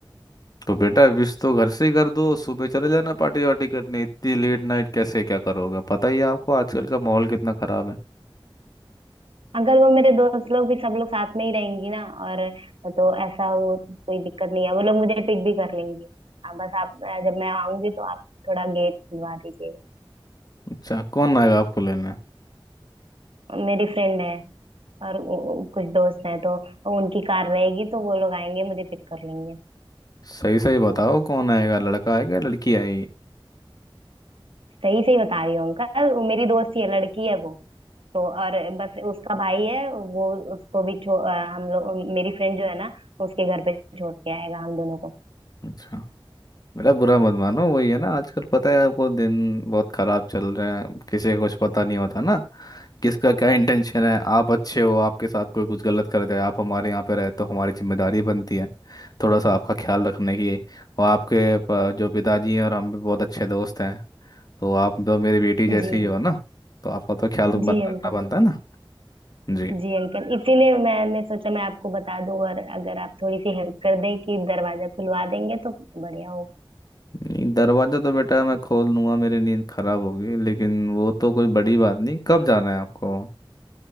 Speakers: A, on the left; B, on the right.
A: तो बेटा विश तो घर से ही कर दो सुबह चले जाना पार्टी वार्टी करने इतनी लेट नाइट कैसे क्या करोगे पता ही है आपको आजकल का माहौल कितना खराब है
B: अगर वो मेरे दोस्त लोग भी सब लोग साथ में ही रहेंगी ना और तो ऐसा वो कोई दिक्कत नहीं है वो लोग मुझे पिक भी कर लेंगी आप बस आप अ, जब मैं आऊंगी तो आप थोड़ा गेट खुलवा दीजिएगा
A: अच्छा कौन आएगा आपको लेने
B: मेरी फ्रेंड है और वो- कुछ दोस्त हैं तो उनकी कार रहेगी तो वो लोग आएंगे मुझे पिक कर लेंगे
A: सही सही बताओ कौन आएगा लड़का आएगा या लड़की आएगी
B: सही सही बता रही हूँ अंकल वो मेरी दोस्त ही है लड़की है वो तो और बस उसका भाई है वो उसको भी छो अ, हम लोग मेरी फ्रेंड जो है ना उसके घर पे छोड़ के आएगा हम दोनों को
A: अच्छा मेरा बुरा मत मानो वही है ना आजकल पता है आपको दिन बहुत खराब चल रहे हैं किसी को कुछ पता नहीं होता ना किसका क्या इंटेंशन है आप अच्छे हो आपके साथ कोई कुछ गलत कर जाए आप हमारे यहाँ पे रहे तो हमारी जिम्मेदारी बनती है थोड़ा सा आपका ख्याल रखने की और आपके प- जो पिताजी हैं और हम भी बहुत अच्छे दोस्त हैं तो आप तो मेरी बेटी जैसी
B: जी
A: ही
B: अंकल
A: हो ना तो आपका तो ख्याल बन
B: जी अंकल
A: रखना बनता है ना जी
B: जी अंकल इसीलिए मैंने सोचा मैं आपको बता दूं और अगर आप थोड़ी सी हेल्प कर दें कि दरवाजा खुलवा देंगे तो बढ़िया होगा
A: नहीं दरवाज़ा तो बेटा मैं खोल लूंगा मेरी नींद खराब होगी लेकिन वो तो कोई बड़ी बात नहीं कब जाना है आपको